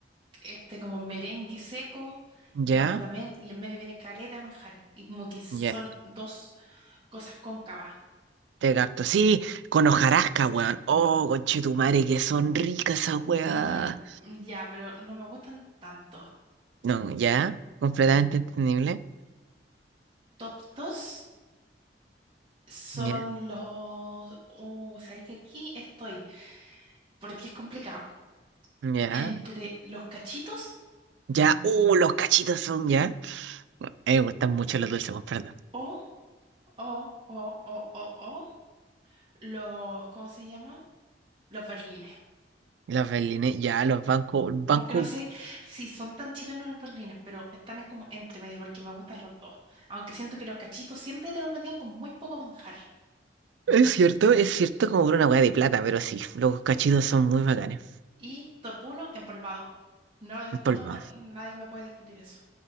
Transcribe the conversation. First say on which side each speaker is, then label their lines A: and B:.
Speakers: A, on the right (about 30°); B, on the right (about 80°).
A: este como merengue seco y
B: ya,
A: abajo también y en medio viene caleta de manjar y como que son
B: ya.
A: dos cosas cóncavas.
B: Te gato Sí, con hojarasca, weón. Oh, conchetumare, que son ricas esas weas.
A: No me ya, pero no me gustan tanto.
B: No, ya, completamente entendible.
A: Top 2 son
B: Ya,
A: los uh, sabéis que aquí estoy porque es complicado.
B: ya.
A: entre los cachitos
B: Ya, uh, los cachitos son ya. A mí me gustan mucho los dulces con perdón.
A: o, o, o, o, o, o los, ¿cómo se llaman? Los berlines.
B: Los berlines, ya, los bancos, banco.
A: Aunque no sé si son tan chilenos los berlines, pero están en como entre medio porque me gustan los dos. Aunque siento que los cachitos siempre te los vendían con muy poco manjar.
B: Es cierto, es cierto como por una hueá de plata, pero sí, los cachitos son muy bacanes.
A: Y top uno, empolvado. No lo discuto,
B: En polvo.
A: nadie me puede discutir eso.